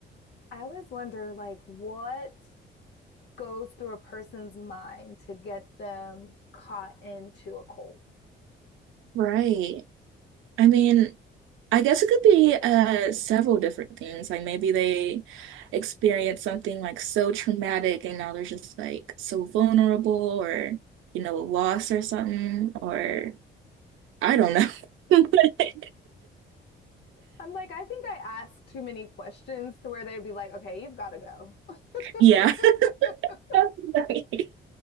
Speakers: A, on the left; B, on the right.
A: I always wonder like what goes through a person's mind to get them caught into a cult? <laughs>
B: right. I mean, I guess it could be uh several different things. Like maybe they experience something like so traumatic and now they're just like so vulnerable or you know, a loss or something or I don't know. <laughs>
A: I'm like, I think I ask too many questions to where they'd be like, okay, you've got to go.
B: Yeah.
A: <laughs>
B: Definitely.